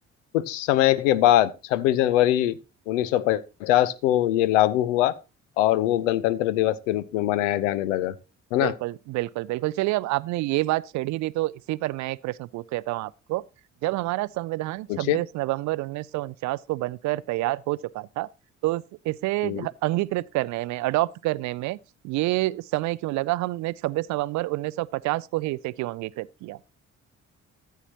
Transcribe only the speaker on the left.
कुछ समय के बाद 26 जनवरी 1950 को ये लागू हुआ और वो गणतंत्र दिवस के रूप में मनाया जाने लगा है ना
पूछिए
हम्म।